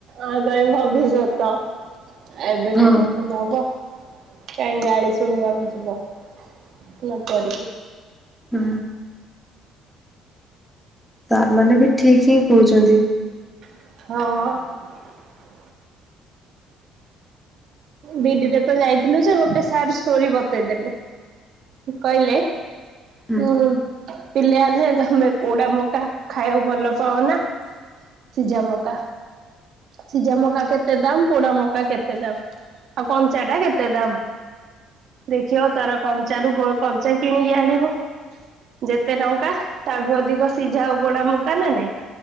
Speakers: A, on the right (about 55°); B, in the centre.
A: ଆ ଗାଇ ଭାବିିଯତ ଏବେଠକ
B: ହଁ
A: ନବ କାହିଁ ଗାଳି ଶୁଣିବାକୁ ଯିବ ନ କରିକି।
B: ହୁଁ। ତା ମାନେ ବି ଠିକ ହିଁ କହୁଛନ୍ତି।
A: ହଁ। ବିଡିରେ ତ ଯାଇଥିଲୁ ଯେ ଗୋଟେ ସାର ଷ୍ଟୋରୀ ବତେଇଦେଲେ କହିଲେ
B: ହୁଁ
A: ନାଇଁ ନାଇଁ। ପିଲା ଆସେ ତମେ ପୋଡା ମକା ଖାଇବାକୁ ଭଲ ପାଅ ନା, ସିଝା ମକା ସିଝା ମକା? କେତେ ଦାମ ପୋଡ ମକା କେତେ ଦାମ? ଆଉ କଞ୍ଚାଟା କେତେ ଦାମ, ଦେଖିବ ତାର କଞ୍ଚାରୁ ବଉ କଞ୍ଚା କିଣିକି ଆଣିବ ଯେତେ ଟଙ୍କା ତାଠୁ ଅଧିକ ସିଝା ଆଉ ପୋଡା ମକା ନା ନାଇଁ